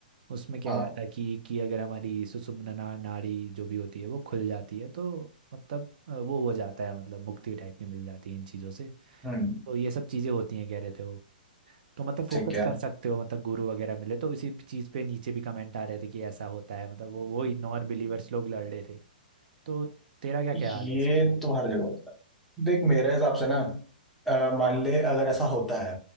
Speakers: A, on the right (about 60°); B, in the centre.
A: उसमें कह
B: हाँ
A: रहा था कि कि अगर हमारी सुषुम्ना नाड़ी जो भी होती है वो खुल जाती है तो मतलब अ, वो हो जाता है मतलब मुक्ति टाइप की मिल जाती है इन चीज़ों से
B: हम्म
A: तो ये सब चीज़ें होती हैं कह रहे थे वो तो मतलब फोकस
B: ठीक है
A: कर सकते हो मतलब गुरु वगैरह मिले तो इसी चीज़ पे नीचे भी कमेंट आ रहे थे कि ऐसा होता है मतलब वो वही नॉन बिलीवर्स लोग लड़ रहे थे तो तेरा क्या ख्याल
B: ये
A: है इस पे
B: तो हर जगह होता है देख मेरे हिसाब से ना अ, मान ले अगर ऐसा होता है